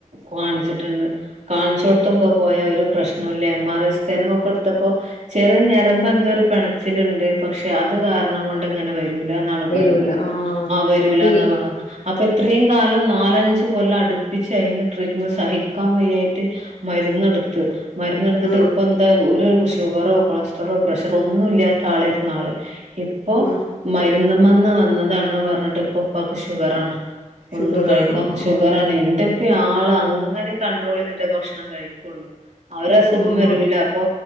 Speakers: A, on the right; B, on the left.
A: കാണിച്ചിട്ട്ണ്ട് കാണിച്ചോടത്തൊക്കെ പോയാ ഒരു പ്രശ്നോല്ല്യ എം ആർ ഐ സ്കാനിങ്ങോക്കെ എടുത്തപ്പോ ചെറിയ ഒരു ഞരമ്പോ എന്തോരു പെ ടച്ചിലിണ്ട് പക്ഷേ അത് കാരണം കൊണ്ട് ഇങ്ങനെ വരൂല്ല എന്നാണ്
B: വരൂല
A: പറഞ്ഞത്
B: ആഹ്
A: ആ വരൂലാന്ന്
B: ഈ
A: അപ്പോ ഇത്രേം കാലം നാലഞ്ച് കൊല്ലം അടുപ്പിച്ച് അയിന് ട്രീറ്റ്മെന്റ് സഹിക്കാൻ വയായി മരുന്നെടുത്ത് മരുന്നെടുത്തിട്ട്
B: ഉം
A: ഇപ്പ എന്താ ഒരു ഷുഗറോ കൊളസ്ട്രോളോ പ്രഷറോ ഒന്നും ഇല്ലാത്ത ആളായിര്ന്ന് ആള് ഇപ്പോ
B: ഉം
A: മര് മരുന്ന്മന്ന് വന്നതാണ് പർഞ്ട്ട് ഇപ്പൊ ഉപ്പാക്ക് ഷുഗറാണ് ഒന്നും
B: ഷുഗറാണ്
A: കഴിക്കാം
B: ആഹ്
A: ഷുഗറാണ് എന്ത്‌ പ്പ ആള് അങ്ങനിം കണ്ട്രോള് യ്തിട്ടെ ഭക്ഷണം കഴിക്കുള്ളു അവര അസുഖം
B: ആഹ്
A: വരൂല അപ്പൊ